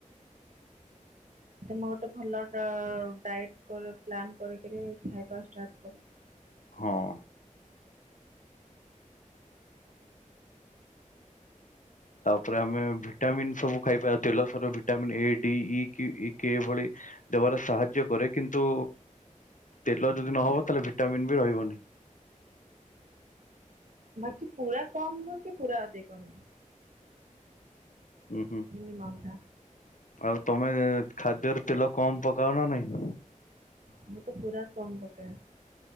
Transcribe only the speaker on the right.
ତମେ ଗୋଟେ ଭଲ ଡ ଡାଏଟ କର ପ୍ଲାନ୍ କରିକିନି ଖାଇବା ଷ୍ଟାର୍ଟ କର।
ବାକି ପୁରା କମ ନୁହଁ କି ପୁରା ଅଧିକ ନୁହଁ।
ମିନିମମ୍ ଟା
ମୁଁ ତ ପୁରା କମ୍ ପକାଏ।